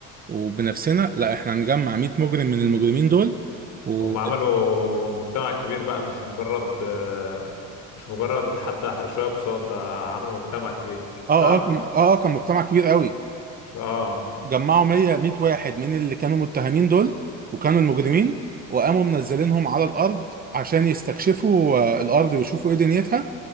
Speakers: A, on the right; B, on the left.
A: وبنفسنا لا احنا هنجمع 100 مجرم من المجرمين دول و...
B: هم عملوا مجتمع كبير بقى مش مجرد آه، مش مجرد حد شوية بصاد ده عملوا مجتمع كبير
A: اه
B: صح؟
A: اه كان- اه آه، كان مجتمع كبير قوي
B: اه
A: جمعوا 100 100 واحد من اللي كانوا متهمين دول وكانوا المجرمين وقاموا منزلينهم على الارض عشان يستكشفوا آه، الارض ويشوفوا ايه دنيتها